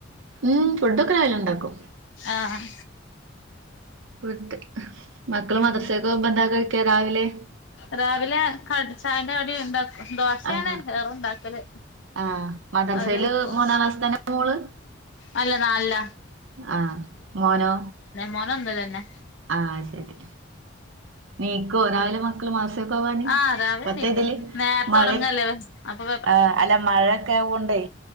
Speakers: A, on the right (about 75°); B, on the left (about 65°).
A: ഉം ഫുഡൊക്കെ എല്ലാം ഉണ്ടാക്കും
B: ആഹ്
A: ഫ് മക്കൾ
B: ഉം
A: മദർസൊക്കെ ഒ ബന്ധക്കെ കഴിക്ക രാവിലെ <unintelligible>
B: രാവിലെ ക ചായന്റെ കടി ഉണ്ടാക്ക ദോശയാണ്
A: ആഹ്
B: ഏറുണ്ടാക്കല്
A: ആഹ് മദ്രസയില്
B: അത് കഴക്കും
A: മൂന്നാം ക്ലാസ് തന്നെ മോള്
B: അല്ല നാല
A: ആഹ മോനോ
B: മോന് ഒന്നിലന്നെ
A: ആഹ ശരി നീക്കോ രാവിലെ മക്കള് മദ്രസക്ക് പോ വാന
B: ആഹ് രാവിലെ
A: ബത്തേതില്
B: എണീക്കും നേരത്തെ
A: മഴ
B: ഉറങ്ങല്ലേ അപ്പൊ
A: ആഹ അല്ല മഴയൊക്കെ ആവണ്ടേ